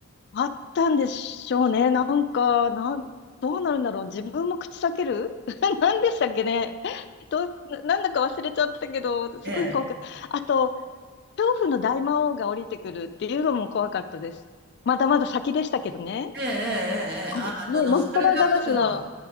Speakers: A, on the left (about 50°); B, on the right (about 50°).
A: あったんでしょうね。なんか、なん、どうなるんだろう。自分も口裂ける <laughs> 何でしたっけね。どう、ななんだか忘れちゃったけど、すごい怖かった。
B: ええ。
A: あと、恐怖の大魔王が降りてくるっていうのも怖かったです。まだまだ先でしたけどね。
B: ええ、ええ、ええ。
A: あれ、
B: あ、あの、
A: ね、
B: ノストラダムスの、
A: ノストラダバスの、
B: あ